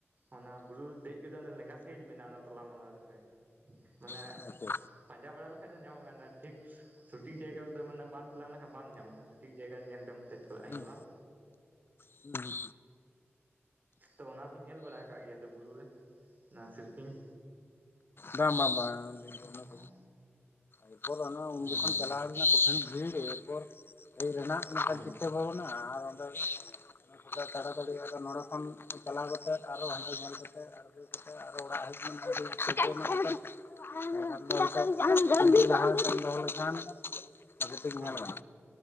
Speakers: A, on the right (about 40°); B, on the left (about 50°).
A: ᱚᱱᱟ ᱵᱩᱨᱩ ᱫᱮᱡ ᱜᱚᱫᱚᱜ ᱚᱱᱟ ᱞᱮᱸᱜᱟ ᱥᱟᱭᱤᱰ ᱢᱮᱱᱟᱜᱼᱟ ᱚᱱᱟ ᱛᱚᱞᱟ ᱢᱟᱞᱟ ᱨᱮ ᱢᱟᱱᱮ
B: ᱟᱪᱪᱷᱟ
A: ᱯᱟᱸᱡᱟ ᱵᱟᱲᱟ ᱞᱮᱠᱷᱟᱡ ᱫᱚ ᱧᱟᱢᱚᱜ -ᱟ ᱚᱱᱮ ᱴᱷᱤᱠ᱾ ᱥᱚᱴᱷᱤᱠ ᱡᱟᱭᱜᱟ ᱨᱮᱫᱚ ᱢᱟᱱᱮ ᱵᱟᱢ ᱪᱟᱞᱟᱣ ᱞᱮᱱᱠᱷᱟᱱ ᱵᱟᱢ ᱧᱟᱢᱟ ᱚᱱᱟ ᱥᱚᱴᱷᱤᱠ ᱡᱟᱭᱜᱟ ᱧᱮᱞ ᱡᱚᱝ ᱠᱟᱛᱮ ᱠᱟᱛᱮᱫ ᱪᱟᱞᱟᱜ
B: ᱦᱩᱸ
A: ᱦᱩᱭᱩᱜᱼᱟ <inaudible>
B: ᱦᱩᱸ ᱦᱩᱸ
A: ᱛᱚ ᱚᱱᱟ ᱵᱤᱱ ᱧᱮᱞ ᱵᱟᱲᱟ ᱟᱠᱟᱫ ᱜᱮᱭᱟ ᱛᱚ ᱵᱩᱨᱩ ᱨᱮ ᱚᱱᱟ ᱥᱤᱞᱯᱤᱧ?
B: ᱵᱟᱝ ᱵᱟᱝ
A: ᱦᱚᱸ
B: ᱵᱟᱝᱻ ᱮᱨᱯᱚᱨ ᱚᱱᱟ ᱩᱱ
A: ᱦᱚᱸ
B: ᱡᱚᱠᱷᱚᱱ ᱪᱟᱞᱟᱣ ᱞᱮᱱᱟ ᱠᱩᱴᱷᱤᱱ ᱵᱷᱤᱲ ᱮᱨᱯᱚᱨ ᱦᱮᱡ ᱨᱮᱱᱟᱜ ᱢᱤᱫᱴᱟᱝ
A: ᱦᱚᱸ
B: ᱪᱤᱛᱟᱹᱨ <inaudible> ᱟᱨ ᱚᱸᱰᱮ ᱱᱠᱩᱫᱚ ᱛᱟᱲᱟᱛᱟᱲᱤ ᱟᱫᱚ ᱱᱚᱰᱮ ᱠᱷᱚᱱ ᱪᱟᱞᱟᱣ ᱠᱟᱛᱮ ᱟᱨᱚ ᱦᱟᱸᱰᱮ ᱧᱮᱞ ᱠᱟᱛᱮ ᱟᱨ ᱟᱫᱚ ᱟᱨᱚ ᱚᱲᱟᱜ ᱦᱮᱡ ᱞᱟᱦᱟᱢ <inaudible> ᱫᱚᱦᱚ ᱞᱮᱠᱷᱟᱱ <inaudible> ᱵᱷᱟᱜᱮ ᱴᱮᱧ
A: ᱦᱚᱸ
B: ᱧᱮᱞ ᱠᱟᱫᱟ